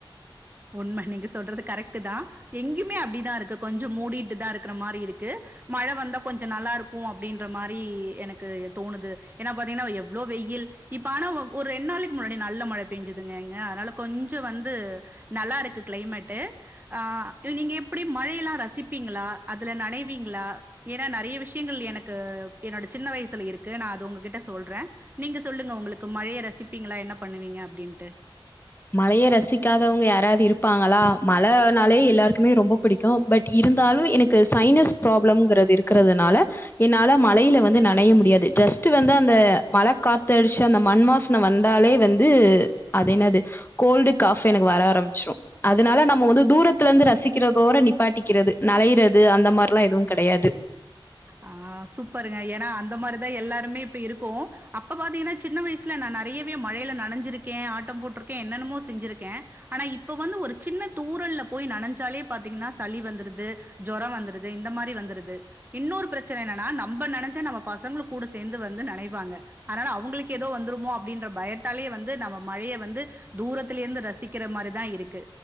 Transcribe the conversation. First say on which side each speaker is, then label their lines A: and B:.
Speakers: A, on the right; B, on the left.
A: உண்ம நீங்க சொல்றது கரெக்ட்டுதா எங்கிமே அப்படிதா இருக்கு கொஞ்சோ மூடிட்டுதா இருக்குற மாரி இருக்கு மழ வந்தா கொஞ்சோ நல்லா இருக்கு அப்படின்ற மாரி எனக்கு தோணுது ஏன்னா பாத்தீங்கன்னா எவ்வளோ வெயில் இப்ப ஆனா ஒரு ரெண்டு நாளைக்கு முன்னாடி நல்ல மழ பெஞ்சுதுங்க எங்க அதனால கொஞ்சோ வந்து நல்லா இருக்கு கிளைமேட்டு ஆ நீங்க எப்படி மழையெல்லா ரசிப்பீங்களா அதுல நனைவீங்களா ஏனா நறைய விஷயங்கள் எனக்கு என்னோட சின்ன வயசுல இருக்கு நா அத உங்ககிட்ட சொல்ற நீங்க சொல்லுங்க உங்களுக்கு மழய ரசிப்பீங்களா என்ன பண்ணுவீங்க அப்படின்ட்டு
B: மழய ரசிக்காதவங்க யாராவது இருப்பாங்களா மழனாலே எல்லாருக்குமே ரொம்போ புடிக்கு பட் இருந்தாலு எனக்கு சைனஸ் ப்ராப்ளம்ங்குறது இருக்குறதுனால என்னால மழையில வந்து நனைய முடியாது ஜஸ்ட் வந்து அந்த மழ காத்தடிச்சு அந்த மண் வாசன வந்தாலே வந்து அது என்னது கோல்டு காஃப் எனக்கு வர ஆரம்பிச்சுரு அதனால நம்ம வந்து தூரத்துல இருந்து ரசிக்கிறதோட நிப்பாட்டிக்கிறது நளையறது அந்த மாரிலா எதுவு கெடையாது
A: ஆ சூப்பருங்க ஏனா அந்த மாரிதா எல்லாருமே இப்ப இருக்கோ அப்ப பாத்தீங்கன்னா சின்ன வயசுல நா நறையவே மழயில நனைஞ்சிருக்கே ஆட்டம் போட்டிருக்கே என்னென்னுமோ செஞ்சிருக்கே ஆனா இப்ப வந்து ஒரு சின்ன தூரல்ல போய் நனைைஞ்சாலே பாத்தீங்கன்னா சளி வந்துருது ஜொரோ வந்துருது இந்த மாரி வந்துருது இன்னொரு பிரச்சன என்னன்னா நம்ம நனஞ்சா நம்ம பசங்களு கூட சேர்ந்து வந்து நனைவாங்க அதனால அவங்களுக்கு ஏதோ வந்துருமோ அப்டின்ற பயத் தாலியே வந்து நம்ம மழைய வந்து தூரத்துலயே இருந்து ரசிக்கிற மாரிதா இருக்கு